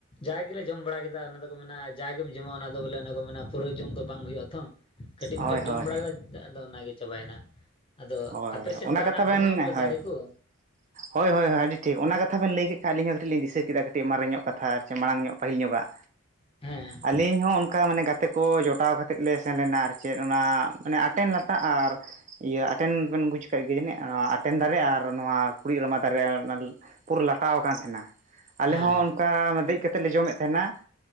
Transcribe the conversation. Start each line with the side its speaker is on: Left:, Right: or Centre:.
Left: ᱡᱟ ᱜᱮᱞᱮ ᱡᱚᱢ ᱵᱟᱲᱟ ᱠᱮᱫᱟ ᱚᱱᱟ ᱫᱚᱠᱚ ᱢᱮᱱᱟ ᱡᱟᱜ ᱜᱮᱢ ᱡᱚᱢᱟ ᱚᱱᱟ ᱫᱚ ᱵᱚᱞᱮ ᱚᱱᱟ ᱠᱚ ᱢᱮᱱᱟ ᱯᱩᱨᱟᱹ ᱡᱚᱢ ᱫᱚ ᱵᱟᱝ ᱦᱩᱭᱩᱜᱼᱟ ᱛᱷᱚ ᱠᱟᱹᱴᱤᱡ ᱢᱟᱴᱤᱡ
Right: ᱦᱳᱭ
Left: ᱮᱢ
Right: ᱦᱳᱭ
Left: ᱡᱚᱢ ᱵᱟᱲᱟ ᱠᱮᱫᱟ ᱟᱫᱚ ᱚᱱᱟᱜᱮ ᱪᱟᱵᱟᱭᱮᱱᱟ ᱟᱫᱚ
Right: ᱦᱳᱭ
Left: ᱟᱯᱮ ᱥᱮᱫ
Right: ᱚᱱᱟ
Left: ᱚᱱᱠᱟᱱᱟᱜ
Right: ᱠᱟᱛᱷᱟ
Left: ᱵᱟᱹᱱᱩᱜᱼᱟ
Right: ᱵᱮᱱ
Left: ᱵᱚᱞᱮ
Right: ᱦᱳᱭ
Left: ᱫᱟᱨᱮ ᱠᱚ?
Right: ᱦᱳᱭ ᱦᱳᱭ ᱦᱳ ᱟᱹᱰᱤ ᱴᱷᱤᱠ ᱚᱱᱟ ᱠᱟᱛᱷᱟ ᱵᱮᱱ ᱞᱟᱹᱭ ᱠᱮᱫ ᱠᱷᱟᱱ ᱟᱹᱞᱤᱧ ᱫᱚ ᱠᱟᱹᱴᱤᱡ ᱞᱤᱧ ᱫᱤᱥᱟᱹ ᱠᱮᱫᱟ ᱠᱟᱹᱴᱤᱡ ᱢᱟᱨᱮ ᱧᱚᱜ ᱠᱟᱛᱷᱟ ᱟᱨᱪᱚ ᱢᱟᱲᱟᱝ ᱧᱚᱜ ᱯᱟᱹᱦᱤᱞ ᱧᱚᱜᱼᱟᱜ
Left: ᱦᱮᱸ
Right: ᱟᱹᱞᱤᱧ ᱦᱚᱸ ᱚᱱᱠᱟ ᱢᱟᱱᱮ ᱜᱟᱛᱮ ᱠᱚ ᱡᱚᱴᱟᱣ ᱠᱟᱛᱮᱫ ᱞᱮ ᱥᱮᱱ ᱞᱮᱱᱟ ᱟᱨ ᱪᱮᱫ ᱚᱱᱟ ᱢᱟᱱᱮ ᱟᱴᱮᱱ ᱞᱟᱴᱟ ᱟᱨ ᱤᱭᱟᱹ ᱴᱮᱱ ᱵᱮᱱ ᱵᱩᱡᱽ ᱠᱟᱫ ᱜᱮ ᱡᱟᱹᱱᱤᱡ ᱱᱚᱣᱟ ᱟᱴᱮᱱ ᱫᱟᱨᱮ ᱟᱨ ᱱᱚᱣᱟ ᱠᱩᱲᱤᱫ ᱨᱟᱢᱟ ᱫᱟᱨᱮ ᱯᱩᱨᱟᱹ ᱞᱟᱴᱟᱣ ᱟᱠᱟᱱ ᱛᱟᱦᱮᱱᱟ, ᱟᱞᱮ
Left: ᱦᱮᱸ
Right: ᱦᱚᱸ ᱚᱱᱠᱟ ᱫᱮᱡᱛᱮᱫ ᱞᱮ ᱡᱚᱢᱮᱫ ᱛᱟᱦᱮᱱᱟ᱾